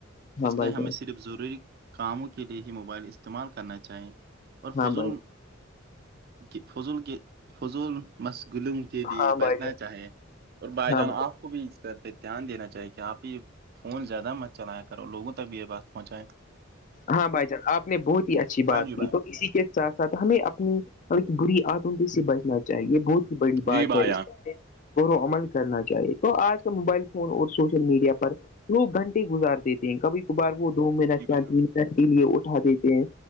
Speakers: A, on the left; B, on the right.
A: ہاں
B: اس
A: بھائی ہاں بھائی
B: لیے ہمیں
A: جان
B: صرف ضروری کاموں کے لئے ہی موبائل استعمال کرنا چاہیں اور
A: ہاں
B: فضول
A: بھائی
B: کہ فضول کے فضول مشغلوم کے لیے
A: ہاں
B: ب
A: بھائی
B: نا چاہیے اور بائی جان
A: ہاں بھائی
B: آپ کو بھی اس پر پہ دھیان دینا چاہیے کہ آپ یہ فون زیادہ مت چلایا کرو لوگوں تک بھی یہ بات پہنچاائے
A: ہاں بھائی جان آپ نے بہت ہی اچھی
B: ہاں
A: بات
B: جی
A: کی
B: بھائی
A: تو اسی کے ساتھ ساتھ ہمیں اپنی ایک بری آتمی سے بچنا چاہیے بہت بڑی
B: جی
A: بات
B: بھائی
A: ہے
B: جان
A: اس اور و عمل کرنا چاہیے تو آج کے موبائل فون اور سوشل میڈیا پر لوگ گھنٹے گزار دیتے ہیں کبھی کبھار وہ دوم من آ
B: جی بھائی
A: ہیں
B: جان،
A: کے لیے اٹھا دیتے ہیں